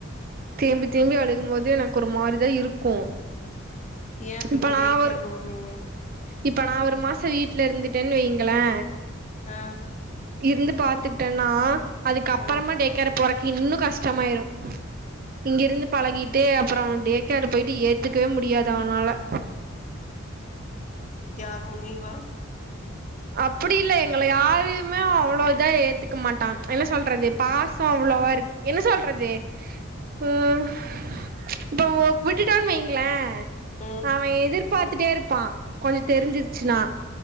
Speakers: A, on the right; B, on the left.
A: தேம்பி தேம்பி அழுக போது எனக்கு ஒரு மாரிதா இருக்கு
B: ஏ பின்ன
A: இப்ப நா
B: டே கேர்ல
A: ஒரு
B: விடுறீங்க
A: இப்ப நா ஒரு மாசோம் வீட்ல இருந்துட்டேன் வைங்களே
B: ஆ
A: இருந்து பாத்துக்கிட்டேனா அதுக்கு அப்றமா
B: ஆ
A: டேக் கேர்ல போறக்கு இன்னு கஷ்டமாயிரு இங்கிருந்து பழகிட்டு அப்றோ டேக்காரு போயிட்டு ஏத்துக்கவே முடியாது அவனால
B: யாரு உன்னிவா <inaudible>
A: அப்டி இல்ல எங்கள யாரையுமே அவ்ளோ இதா ஏத்துக்க மாட்டான் என்ன சொல்றது பாசம் அவ்ளோவா இருக்கு என்ன சொல்றது உம் இப்ப விட்டுடோன்னு வைய்ங்ளே
B: ம்
A: அவே எதிர்பாத்துட்டே இருப்பா கொஞ்சோ தெரிஞ்சிருச்சுனா